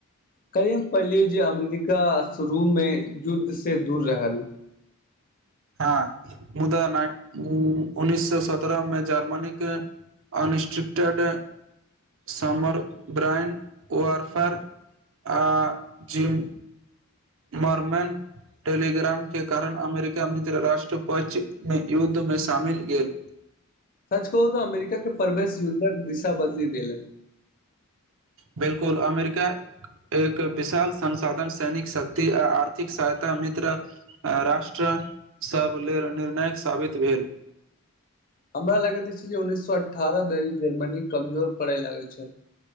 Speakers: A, on the left (about 40°); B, on the right (about 60°).
A: कली पड़िलयो जे अमेरिका शुरू में युद्ध से दूर रेहल
B: हँ मुदा उन्ननीस सए सतरहमे जर्मन के अनस्ट्रिक्टेड समर ब्रांड ओरफर आ जिम मरमैन टेलीग्राम के कारण अमेरिका मित्र राट्र पक्ष युद्ध मे शामिल गेल
A: सच कहू अमेरिका के परवेश युद्धक दिशा बदली देेलक
B: बिलकुल अमेरिका एक विशाल संसाधन सैनिक शक्ति आ आर्थिक सहायता मित्र राष्ट्रा सब लेल निर्णायक साबित भेल
A: हमरा लगैत छै जे उन्नैससए अठारह धरि जर्मनी कमजोर पड़य लागल छै